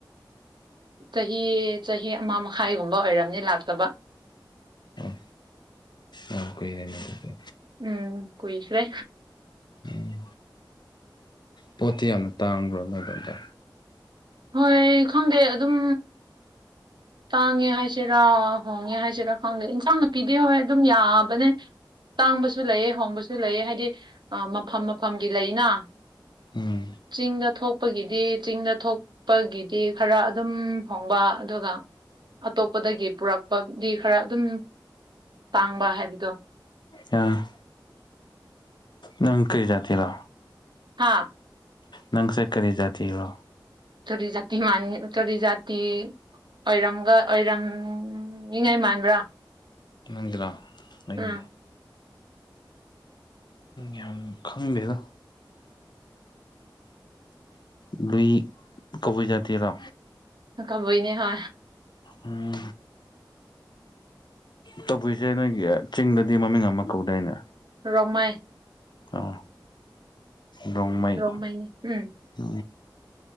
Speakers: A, on the right; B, on the left.
A: ꯆꯍꯤ ꯆꯍꯤ ꯑꯃ ꯃꯈꯥꯏꯒꯨꯝꯕ ꯑꯣꯏꯔꯝꯅꯤ ꯂꯥꯛꯇꯕ
B: ꯑꯣ ꯌꯥꯝ ꯀꯨꯏꯔꯦꯅꯦ ꯑꯗꯨꯗꯤ
A: ꯎꯝ ꯀꯨꯏꯈ꯭ꯔꯦ
B: ꯎꯝ ꯄꯣꯠꯇꯤ ꯌꯥꯝꯅ ꯇꯥꯥꯡꯕ꯭ꯔꯣ ꯅꯣꯏ ꯑꯗꯣꯝꯗ
A: ꯍꯣꯏ ꯈꯪꯗꯦ ꯑꯗꯨꯝ ꯇꯥꯡꯉꯦ ꯍꯥꯏꯁꯤꯔꯥ ꯍꯣꯡꯉꯦ ꯍꯥꯏꯁꯤꯔꯥ ꯈꯪꯗꯦ ꯏꯟꯁꯥꯡꯅ ꯄꯤꯗꯤ ꯍꯣꯏ ꯑꯗꯨꯝ ꯌꯥꯕꯅꯦ ꯇꯥꯡꯕꯁꯨ ꯂꯩꯑꯦ ꯍꯣꯡꯕꯁꯨ ꯂꯩꯑꯦ ꯍꯥꯏꯗꯤ ꯃꯐꯝ ꯃꯐꯝꯒꯤ ꯂꯩꯅ
B: ꯎꯝ
A: ꯆꯤꯡꯗ ꯊꯣꯛꯄꯒꯤꯗꯤ ꯆꯤꯡꯗ ꯊꯣꯛꯄꯒꯤꯗꯤ ꯈꯔ ꯑꯗꯨꯝ ꯍꯣꯡꯕ ꯑꯗꯨꯒ ꯑꯇꯣꯞꯄꯗꯒꯤ ꯄꯨꯔꯛꯄꯗꯤ ꯈꯔ ꯑꯗꯨꯝ ꯇꯥꯡꯕ ꯍꯥꯏꯕꯗꯣ
B: ꯑ ꯅꯪ ꯀꯩ ꯖꯥꯇꯤꯔꯣ
A: ꯍꯥꯥ
B: ꯅꯪꯁꯦ ꯀꯔꯤ ꯖꯥꯇꯤꯔꯣ
A: ꯎꯇꯗꯤ ꯖꯤ ꯃ ꯆꯗꯤꯖꯥꯇꯤ ꯑꯣꯏꯔꯝꯒ ꯑꯣꯏꯔꯝꯃꯤꯉꯥꯏ ꯃꯥꯟꯕ꯭ꯔꯥ
B: ꯃꯪꯖꯤꯔꯥ ꯑꯩꯒꯤ
A: ꯎꯝ
B: ꯌꯥꯝ ꯈꯪꯗꯦꯗ ꯂꯨꯏ ꯀꯕꯨꯏ ꯖꯥꯇꯤꯗꯣ
A: ꯀꯕꯨꯏꯅꯦ ꯍ
B: ꯎꯝ ꯇꯧꯕꯁꯦ ꯅꯣꯏꯒꯤ ꯆꯤꯡꯗꯗꯤ ꯃꯃꯤꯡ ꯑꯃ ꯀꯧꯗꯥꯏꯅꯦ
A: ꯔꯃꯥꯏ
B: ꯑꯣ ꯗꯣꯡꯃꯩ
A: ꯔꯣꯡꯃꯩꯅꯤ ꯎꯝ
B: ꯎ